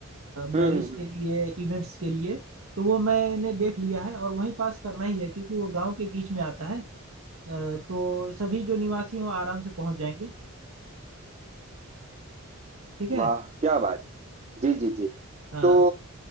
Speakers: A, on the right; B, on the right.
A: हम्म
B: मैरिज
A: हम्म, हम्म।
B: के लिए इवेंट्स के लिए तो वो मैंने देख लिया है और वहीं पास करना ही है क्योंकि वो गांव के बीच में आता है अ, तो सभी जो निवासी हैं वो आराम से पहुंच जाएंगे ठीक है
A: वाह क्या बात जी जी जी
B: हाँ
A: तो